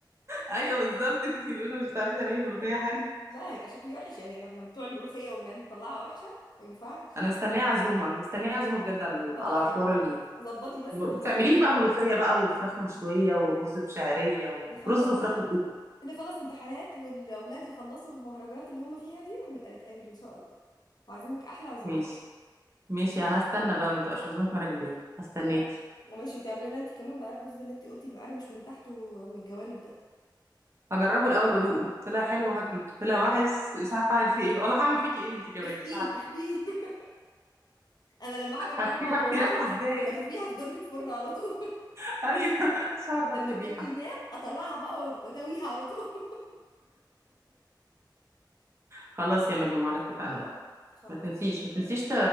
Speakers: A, on the right (about 35°); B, on the left (about 55°).
A: ايوه بالظبط يقولوا مش بتعرفي تعملي ملوخيه حلوه
B: <laughs> لا هيبقى شكلي وحش يعني احنا بتوع الملوخيه ونطلعها وحشه ما ينفعش
A: انا مستنيه عزومه مستنيه عزومه بجد على
B: فاقرب
A: على حوار
B: وقت
A: ال...
B: ظبطي بس
A: م-
B: انت
A: بتعمليه
B: مواعيدك
A: بقى ملوخيه بقى وفراخ مشويه ورز بشعريه
B: نخلص
A: ورز وفراخ
B: بس
A: وكوكو
B: نخلص امتحانات والاولاد يخلصوا المهرجانات اللي هم فيها دي ونبقى نتقابل ان شاء الله وعازمك احلى عزومه
A: ماشي ماشي انا هستنى بقى ما تبقاش عزومه مراكبيه هستناكي
B: خلاص وماشي وتعملي لنا انت كمان بقى الرز اللي انت قلتي مقرمش من تحت ومن الجوانب ده
A: هجربه الاول وادوقه طلع حلو وهاكله طلع وحش مش عارفه اعمل فيه ايه ولا هعمل فيكي ايه انت كمان
B: اخفيه
A: مش عارفه
B: اخفيه <laughs> انا لما حاجه بعملها
A: هخفي
B: وابوظها
A: هخفي ريحته ازاي
B: بخفيها في درج الفرن على طول
A: <laughs> ايوه مش عارفه
B: لما
A: اخفي الريحه
B: كله ينام اطلعها بقى واتويها على طول
A: خلاص يا مريم على اتفقنا بقى
B: <laughs> خلاص
A: ما تنسيش
B: تمام
A: ما تنسيش ت-